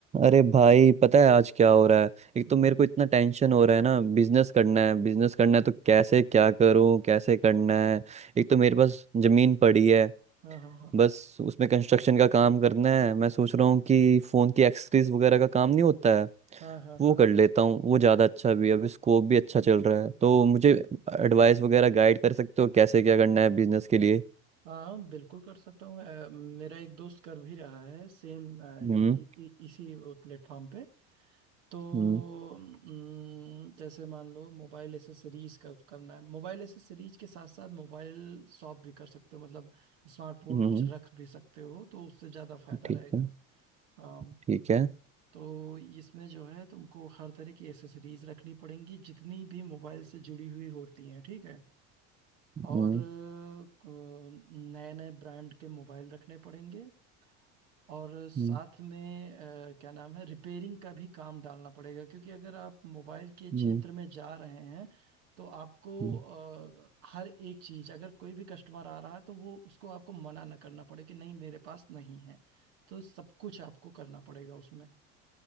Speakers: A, on the right; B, on the right.
A: अरे भाई पता है आज क्या हो रहा है एक
B: हम्म
A: तो मेरे को इतना टेंशन हो रहा है ना बिजनेस करना है बिजनेस करना है तो कैसे क्या करूं कैसे करना है एक तो मेरे पास जमीन पड़ी है
B: हाँ हाँ हाँ
A: बस उसमें कंस्ट्रक्शन का काम करना है मैं सोच रहा हूँ कि फोन की एक्सेसरीज वगैरह का काम नहीं होता है
B: हाँ हाँ
A: वो कर लेता हूँ वो ज्यादा अच्छा भी है अभी स्कोप भी अच्छा चल रहा है तो मुझे एडवाइस वगैरह गाइड कर सकते हो कैसे क्या करना है बिजनेस के लिए
B: हाँ हाँ बिल्कुल कर सकता हूँ अ, मेरा एक दोस्त कर भी रहा है सेम
A: हम्म
B: इसी प्लेटफॉर्म पे तो
A: हम्म
B: अम, जैसे मान लो मोबाइल एसेसरीज का करना है मोबाइल एसेसरीज के साथ साथ मोबाइल शॉप भी कर सकते हो मतलब स्मार्टफोन
A: हम्म
B: कुछ रख भी सकते हो तो उससे ज़्यादा फायदा
A: ठीक
B: रहेगा
A: है
B: हाँ
A: ठीक है
B: तो इसमें जो है तुमको हर तरह की एसेसरीज रखनी पड़ेंगी जितनी भी मोबाइल से जुड़ी हुई होती हैं ठीक है और
A: हम्म
B: नए नए ब्रांड के मोबाइल रखने पड़ेंगे और साथ
A: हम्म
B: में अ, क्या नाम है रिपेयरिंग का भी काम डालना पड़ेगा क्योंकि अगर आप मोबाइल के क्षेत्र
A: हम्म
B: में जा रहे हैं तो आपको
A: हम्म
B: अ, हर एक चीज अगर कोई भी कस्टमर आ रहा है तो वो उसको आपको मना न करना पड़े कि नहीं मेरे पास नहीं है तो सब कुछ आपको करना पड़ेगा उसमें